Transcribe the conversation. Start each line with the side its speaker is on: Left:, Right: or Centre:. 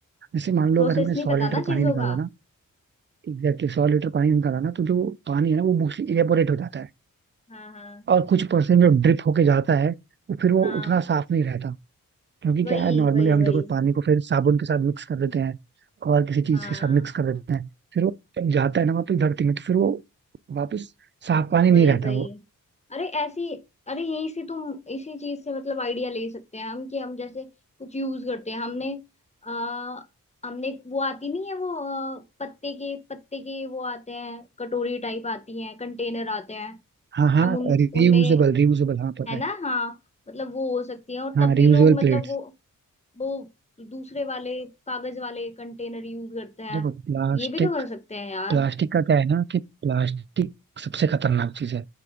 Right: जैसे मान लो
Left: प्रोसेस
Right: अगर हमने सौ
Left: नहीं पता
Right: लीटर
Left: ना
Right: पानी
Left: चीजों
Right: निकाला
Left: का
Right: ना एग्जैक्टली सौ लीटर पानी
Left: हम्म,
Right: निकाला ना तो जो पानी है ना वो मोस्टली इवेपोरेट हो जाता है
Left: हाँ हाँ
Right: और कुछ परसेंट जो ड्रिप होके जाता है वो फिर वो
Left: हाँ
Right: उतना साफ नहीं रहता क्योंकि क्या
Left: वही
Right: है नॉर्मली
Left: वही
Right: हम
Left: वही
Right: देखो पानी को फिर साबुन के साथ मिक्स कर देते हैं और किसी चीज
Left: हाँ
Right: के साथ मिक्स कर देते हैं फिर वो जब जाता है ना वापस धरती में तो फिर वो वापस साफ पानी
Left: वही
Right: नहीं रहता
Left: वही
Right: वो
Left: अरे ऐसी अरे यही से तुम इसी चीज से मतलब आइडिया ले सकते हैं हम कि हम जैसे कुछ यूज करते हैं हमने आ, हमने वो आती नहीं है वो अ, पत्ते के पत्ते के वो आते हैं कटोरी टाइप आती हैं कंटेनर आते हैं
Right: हाँ हाँ
Left: हम उन
Right: रियूजेबल
Left: उनमें
Right: रियूजेबल हाँ पता
Left: है
Right: है
Left: ना हाँ मतलब वो हो सकती है और
Right: हाँ
Left: तब
Right: रियूजेबल
Left: भी लोग मतलब
Right: प्लेट्स
Left: वो वो दूसरे वाले कागज वाले कंटेनर यूज करते हैं
Right: देखो प्लास्टिक
Left: ये भी तो कर सकते हैं यार
Right: प्लास्टिक का क्या है ना कि प्लास्टिक सबसे खतरनाक चीज है